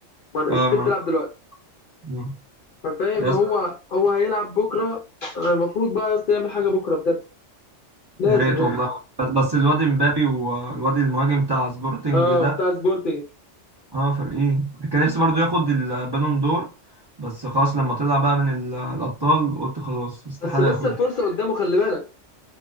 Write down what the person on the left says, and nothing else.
ما السيتي
بتلعب دلوقتي
فاهم
هو هو هيلعب بكره آه، المفروض بقى يا اسطى يعمل حاجه بكره بجد لازم
يعني
اه
بتاع سبورتنج
بس لسه
الفرصه قدامه خلي بالك